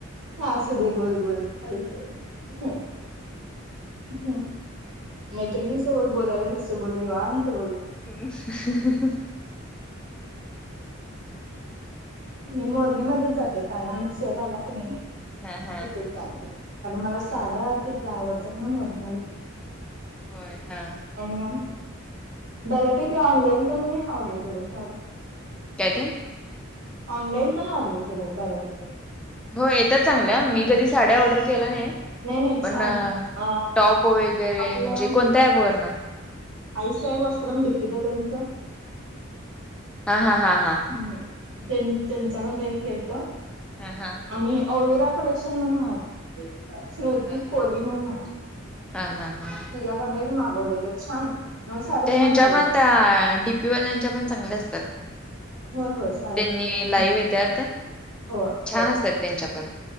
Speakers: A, on the right (about 75°); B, in the centre.
A: असूदे बोल बोल खाय <unintelligible> हम्म. हम्म मैत्रिणीसोबत
B: हम्म.
A: बोललालास तसे बोल निवांत बोल.
B: <inaudible>
A: मी मोरणीमध्येच जाते कायम सेल आला की नाय.
B: हा हा.
A: तिथेच झालंय कारण मला साड्या
B: हम्म
A: तिथल्या आवडतात ना म्हणून आली.
B: होय हा.
A: अह बऱ्यापैकी ऑनलाईन पण मी ऑर्डर केल्या साड्या
B: काय ते?
A: ऑनलाईन पण ऑर्डर केल्यात बऱ्यापैकी
B: हो येतात चांगल्या
A: हम्म
B: मी कधी साड्या ऑर्डर केल्या नाय.
A: नाही नाही
B: पण
A: छान अ
B: टॉप वगैरे
A: आपलं
B: म्हणजे कोणत्या ॲपवरण?
A: आई साहेब वस्त्रम डी पी दादाचं.
B: हा हा हा हा.
A: हम् त्यां त्यांच्याकडं एक केलंत.
B: हा हा
A: आणि ओविरा कलेक्शन मग हानलो. श्रुती
B: हा हा
A: कोली म्हणून हाय
B: हा हा हा
A: तिच्या- <unintelligible> मागवलेलं छान मला साडी
B: त्या ह्यांच्या
A: छान लागल्या
B: पण त्या, डीपीवाल्यांच्या पण चांगल्या असतात.
A: होय <unintelligible>
B: त्यांनी लाईव्ह येतात.
A: हो
B: छान असतात त्यांच्या पण,